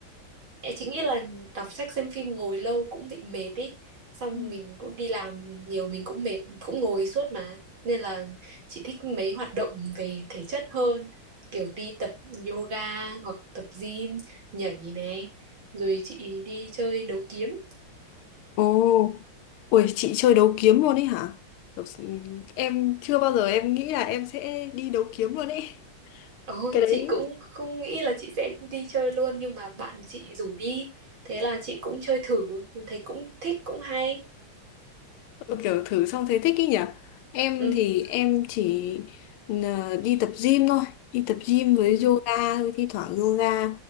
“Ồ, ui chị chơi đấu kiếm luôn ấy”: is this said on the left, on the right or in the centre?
Left